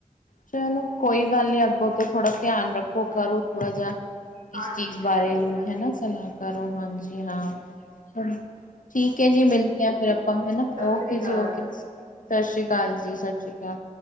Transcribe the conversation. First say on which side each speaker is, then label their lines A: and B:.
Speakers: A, on the left (about 80°); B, on the right (about 80°).
A: ਚਲੋ, ਕੋਈ ਗੱਲ ਨੀ, ਅੱਗੋਂ ਤੋਂ ਥੋੜ੍ਹਾ ਧਿਆਨ ਰੱਖੋ, ਕਰੋ ਥੋੜਾ ਜਿਹਾ,
B: ਹਾਂਜੀ
A: ਇਸ ਚੀਜ਼ ਬਾਰੇ
B: ਹਾਂਜੀ
A: ਵੀ ਹਨਾ, ਸਨ੍ਹਾਂ ਕਰੋ, ਹਾਂਜੀ ਹਾਂ। ਅੱਛਾ ਜੀ, ਠੀਕ ਹੈ ਜੀ, ਮਿਲਦੇ ਹਾਂ ਫਿਰ ਆਪਾਂ ਹਨਾ,
B: ਸਤਿ
A: ਓਕੇ
B: ਸ੍ਰੀ ਅਕਾਲ
A: ਜੀ ਓਕੇ। ਸਤਿ ਸ੍ਰੀ ਅਕਾਲ ਜੀ। ਸਤਿ ਸ਼੍ਰੀ ਅਕਾਲ।